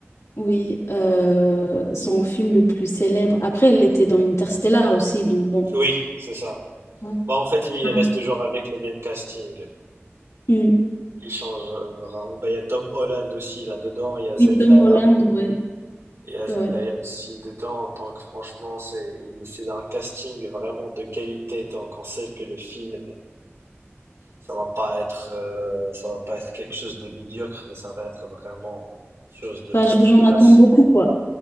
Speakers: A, on the left; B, on the right.
A: Oui, euh, son film le plus célèbre. Après, elle était dans Interstellar aussi, donc bon.
B: Oui, c'est ça.
A: Ouais.
B: Bah, en fait, lui, il
A: Mm.
B: reste toujours avec le même casting.
A: Mm.
B: Il change. euh, vraiment. Bah, il y a Tom Holland aussi là-dedans. Il y a Zendaya.
A: Oui, Tom Holland, ouais.
B: Il y a Zendaya
A: Ouais.
B: aussi dedans. Donc, franchement, c'est, il- c'est un casting vraiment de qualité. Donc, on sait que le film Ça va pas être, euh, ça va pas être quelque chose de médiocre, mais ça va être vraiment quelque chose de masterclass.
A: Enfin, j- j'en attends beaucoup, quoi.